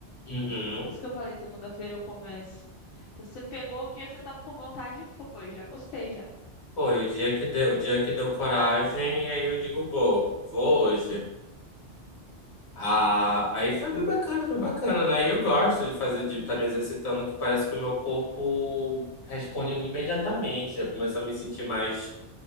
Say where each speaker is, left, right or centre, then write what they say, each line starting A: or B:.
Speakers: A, on the left (about 70°); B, on the left (about 85°).
A: Uhum.
B: É por isso que eu falei, segunda-feira eu começo. Então você pegou o dia que você tava com vontade e foi, já gostei já.
A: Foi, o dia que deu, o dia que deu coragem, aí eu digo, bom, vou hoje. Ah, aí foi bem bacana, foi bacana, né? E eu gosto de fazer, de estar me exercitando, que parece que o meu corpo responde imediatamente. Eu começo a me sentir mais